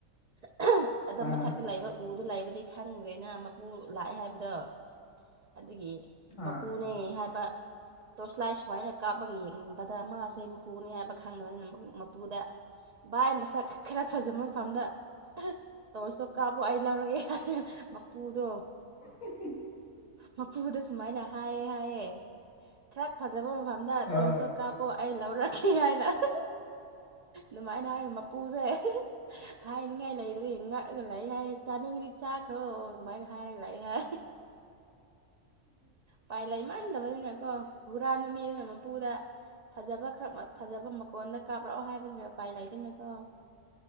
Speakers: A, on the right (about 50°); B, on the left (about 75°).
A: <unintelligible> ꯑꯗꯣ
B: ꯑꯥ
A: ꯃꯊꯛꯇ ꯂꯩꯕ ꯎꯗ ꯂꯩꯕꯗꯤ ꯈꯪꯗ꯭ꯔꯦꯅ ꯃꯄꯨ ꯂꯥꯛꯑꯦ ꯍꯥꯏꯕꯗꯣ ꯑꯗꯨꯒꯤ ꯃꯄꯨꯅꯦ
B: ꯑꯥ
A: ꯍꯥꯏꯕ ꯇꯣꯔꯁꯂꯥꯏ ꯁꯨꯃꯥꯏꯅ ꯀꯥꯞꯄꯒ ꯌꯦꯡꯕꯗ ꯃꯥꯁꯦ ꯃꯄꯨꯅꯦ ꯍꯥꯏꯕ ꯈꯪꯗꯕꯅꯤꯅ ꯃꯄꯨꯗ ꯚꯥꯏ ꯃꯁꯛ ꯈꯔ ꯐꯖꯕ ꯃꯐꯝꯗ <unintelligible> ꯇꯧꯔꯁꯁꯨ ꯀꯥꯞꯄꯣ ꯑꯩ ꯂꯧꯔꯒꯦ ꯍꯥꯢꯔ ꯃꯄꯨꯗꯣ
B: <unintelligible>
A: ꯃꯄꯨꯗ ꯁꯨꯃꯥꯏꯅ ꯍꯥꯏꯌꯦ ꯍꯥꯏꯌꯦ ꯈ꯭ꯔ ꯐꯖꯕ ꯃꯐꯝꯗ
B: ꯑꯧ
A: ꯇꯣꯔꯁꯇꯣ ꯀꯥꯞꯄꯣ ꯑꯩ ꯂꯧꯔꯛꯀꯦ ꯍꯥꯏꯅ <unintelligible> ꯑꯗꯨꯃꯥꯏꯅ ꯍꯥꯏꯔ ꯃꯄꯨꯁꯦ <unintelligible> ꯍꯥꯏꯅꯤꯡꯉꯥꯏ ꯂꯩꯗꯕꯤ ꯉꯛꯑꯒ ꯂꯩꯥ ꯍꯥꯏꯌꯦ ꯆꯥꯅꯤꯡꯉꯤꯗꯤ ꯆꯥꯈ꯭ꯔꯣ ꯁꯨꯃꯥꯏꯅ ꯍꯥꯏꯔꯒ ꯂꯩ ꯍꯥꯏ ꯄꯥꯏ ꯂꯩꯃꯥꯟꯗꯕꯅꯤꯅꯀꯣ ꯍꯨꯔꯥꯟꯕ ꯃꯤꯗꯨꯅ ꯃꯄꯨꯗ ꯐꯖꯕ ꯈꯔ ꯐꯖꯕ ꯃꯀꯣꯟꯗ ꯀꯥꯞꯔꯛꯑꯣ ꯍꯥꯏꯕꯅꯤ ꯎꯄꯥꯏ ꯂꯩꯇꯦꯅꯀꯣ